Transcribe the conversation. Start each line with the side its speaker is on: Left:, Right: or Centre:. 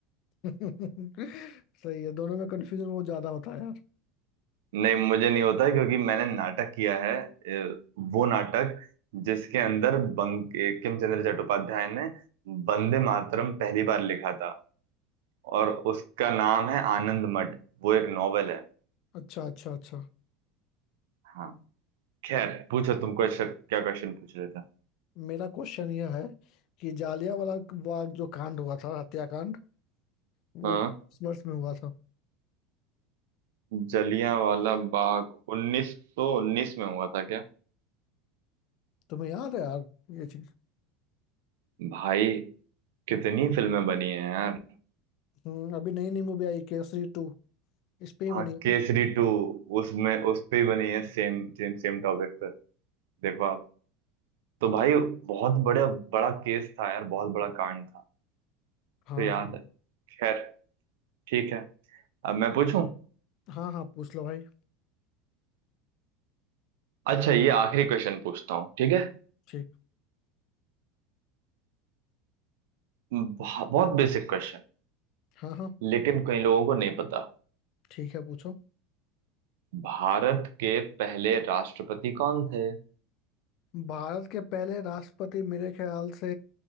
Left: <laughs> सही है दोनों में कंफ्यूजन वो ज्यादा होता है यार
Right: नहीं मुझे नहीं होता क्योंकि मैंने नाटक किया है ए, वो नाटक जिसके अंदर बंकिम चंद्र चट्टोपाध्याय ने वंदे मातरम पहली बार लिखा था और उसका नाम है आनंद मठ वो एक नॉवेल है
Left: अच्छा अच्छा अच्छा
Right: हाँ खैर पूछो तुम क्वेश्चन क्या क्वेश्चन पूछ रहे थे
Left: मेरा क्वेश्चन यह है कि जालियांवाला बाग जो कांड हुआ था हत्याकांड वो
Right: हाँ
Left: किस वर्ष में हुआ था
Right: जलियांवाला बाग 1919 में हुआ था क्या
Left: तुम्हें याद है यार ये चीज
Right: भाई कितनी फिल्में बनी हैं यार
Left: हम्म, अभी नई नई मूवी आई केसरी टू इस पे ही
Right: हाँ
Left: बनी है
Right: केसरी
Left: ना?
Right: टू उसमें उस पे ही बनी है सेम सेम सेम टॉपिक पे देखो आप तो भाई बहुत बड़े बड़ा केस था यार बहुत बड़ा कांड था
Left: हाँ
Right: तो याद
Left: हाँ
Right: है खैर ठीक है अब मैं पूछूं
Left: हाँ हाँ पूछ लो भाई
Right: अच्छा ये आखिरी क्वेश्चन पूछता हूँ ठीक है
Left: ठीक
Right: बह- बहुत बेसिक क्वेश्चन
Left: हाँ हाँ
Right: लेकिन कई लोगों को नहीं पता
Left: ठीक है पूछो
Right: भारत के पहले राष्ट्रपति कौन थे
Left: भारत के पहले राष्ट्रपति मेरे ख्याल से